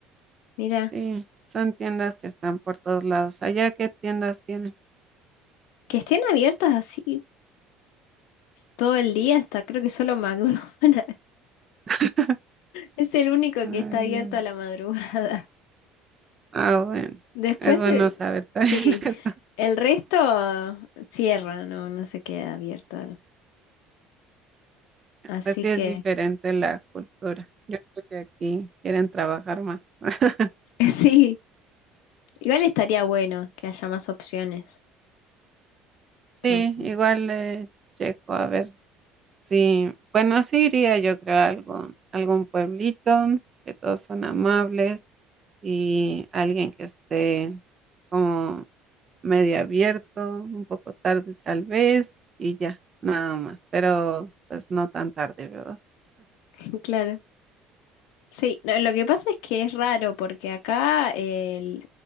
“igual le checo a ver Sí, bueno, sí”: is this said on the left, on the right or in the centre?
Right